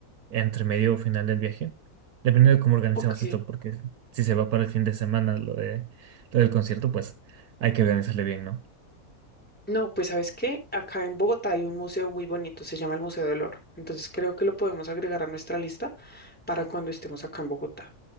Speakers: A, on the right (about 75°); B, in the centre.
A: entre medio o final del viaje, dependiendo de cómo organizamos
B: Ok.
A: esto, porque si se va para el fin de semana lo de, lo del concierto, pues hay que organizarle bien, ¿no?
B: No, pues ¿sabes qué? Acá en Bogotá hay un museo muy bonito, se llama el Museo del Oro. Entonces creo que lo podemos agregar a nuestra lista para cuando estemos acá en Bogotá.